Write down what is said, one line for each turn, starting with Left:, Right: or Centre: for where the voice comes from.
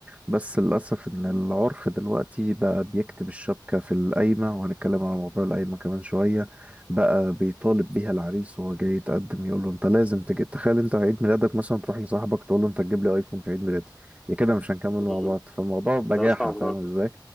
Right: بس للأسف إن العرف دلوقتي بقى بيكتب الشبكة في القايمة وهنتكلم على موضوع القايمة كمان شوية بقى بيطالب بيها العريس وهو جاي يتقدم يقول له أنت لازم تجي تخيل أنت عيد ميلادك مثلا تروح لصاحبك تقول له أنت تجيب لي أيفون في عيد ميلادي يا كده مش هنكمل
Centre: مم.
Right: مع بعض فالموضوع بجاحة
Centre: ده صعب
Right: فاهم
Centre: آه.
Right: ازاي